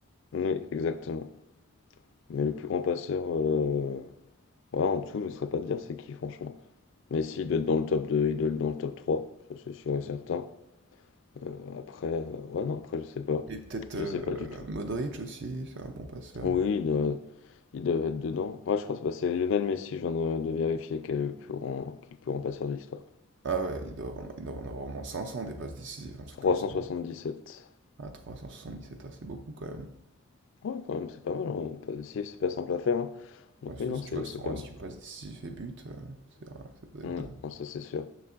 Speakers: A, on the left; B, on the right.
A: Oui, exactement. Mais le plus grand passeur, euh, voilà, en dessous, je ne saurais pas te dire c'est qui, franchement. Messi, il doit être dans le top 2, il doit être dans le top 3, ça c'est sûr et certain. Euh, après, euh, ouais, non, après, je sais pas.
B: Et peut-être
A: Je
B: euh,
A: sais pas du tout.
B: Modric aussi, c'est un bon passeur.
A: Oui, ils doivent il doit être dedans. Ouais, je crois que c'est bah, c'est Lionel Messi, je viens de, de vérifier, qui est le plus grand, qui est le plus grand passeur de l'histoire.
B: Ah ouais, il doit en, il doit en avoir au moins 500 des passes décisives, un truc
A: 377.
B: comme ça. Ah, 377, ah, c'est beaucoup quand même.
A: Ouais, quand même, c'est pas mal. hein. Pas- si, c'est pas simple à faire. hein. Donc,
B: Bah, surtout
A: oui, non,
B: si
A: c'est
B: tu vois son
A: c'est quand
B: ratio
A: même.
B: passes décisives et buts, euh, c'est, un- ça doit
A: Mm,
B: être dingue.
A: non, ça, c'est sûr.